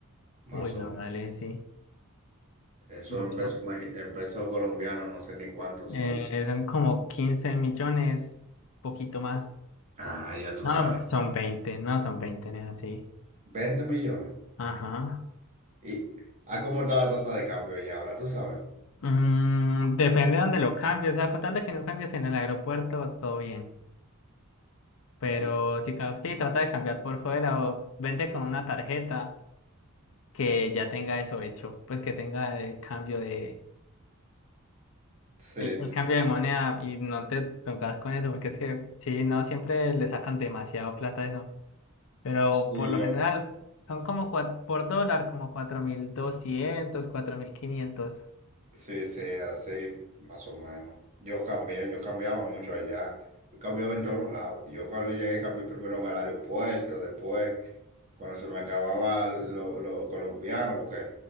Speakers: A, on the right; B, on the left.
A: más
B: uy, no,
A: o menos.
B: dale, sí,
A: Eso
B: mucho.
A: en pesos mexi- en pesos colombianos, no sé ni cuántos
B: Eh,
A: son.
B: son como 15 millones, poquito más.
A: Ah, ya tú
B: No,
A: sabes.
B: son 20. no son 20. no es así.
A: veinte millones.
B: Ajá.
A: ¿Y a cómo está la tasa de cambio allá ahora? ¿Tú sabes?
B: Mm, depende de dónde lo cambies. O sea, con tal de que no cambies en el aeropuerto, todo bien. Pero
A: Oh,
B: si, ca- si trata de cambiar por fuera o vente con una tarjeta que ya tenga eso hecho, pues que tenga el cambio de,
A: sí,
B: el,
A: sí.
B: el cambio de moneda y no te pongas con eso, porque es que sí, no siempre le sacan demasiado plata a eso. Pero
A: Sí,
B: por lo general son como cuat- por dólar, como cuatro cuatro mil doscientos, cuatro mil quinientos.
A: Sí, sí, así, más o menos. Yo cambié, yo cambiaba mucho allá. Yo cambiaba en todos los lados. Yo cuando llegué cambié primero en el aeropuerto, después cuando se me acababa lo, lo colombiano, porque